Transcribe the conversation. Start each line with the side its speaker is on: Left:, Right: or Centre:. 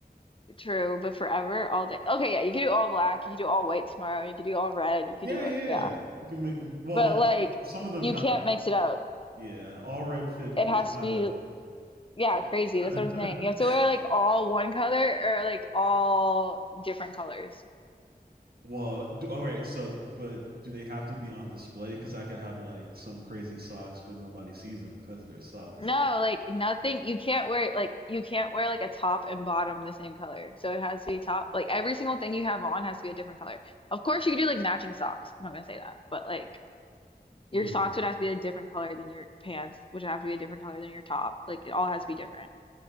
Left: True, but forever, all day. Okay, yeah, you could do all black, you could do all white tomorrow, you could do all red, you
Right: yeah,
Left: could do
Right: yeah,
Left: what, yeah.
Right: yeah. You can make well.
Left: But like,
Right: Some of them
Left: you
Right: kind
Left: can't
Right: of
Left: mix it up.
Right: yeah. All red fit
Left: It
Right: is
Left: has
Right: kind
Left: to be,
Right: of
Left: yeah, crazy.
Right: <laughs>
Left: That's what I'm saying. You have to wear like all one color or like all different colors.
Right: Well, do, all right. So, but do they have to be on display? Because I could have like some crazy socks, but nobody sees them because they're socks.
Left: No, like nothing. You can't wear like you can't wear like a top and bottom the same color. So it has to be top. Like every single thing you have on has to be a different color. Of course, you could do like matching socks. I'm not gonna say that, but like. Your
Right: Mm,
Left: socks would have to be a different color than your pants, which would have to be a different color than your top. Like it all has to be different.